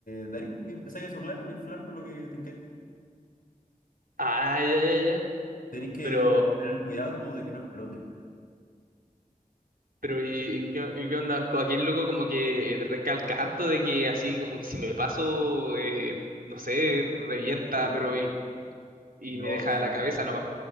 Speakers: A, on the left; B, on the right.
A: de ahí pues, y empezáis a soplar o inflar con lo que tengáis.
B: Ah, ya, ya, ya.
A: Tenéis que
B: Pero,
A: tener cuidado como de que no explote.
B: pero ¿y qué, y qué onda? Como Aquí el loco como que recalca harto de que así como que si me paso, eh, no sé, revienta,
A: Sí,
B: pero y, y
A: no,
B: me deja
A: sí.
B: la cabeza nomás.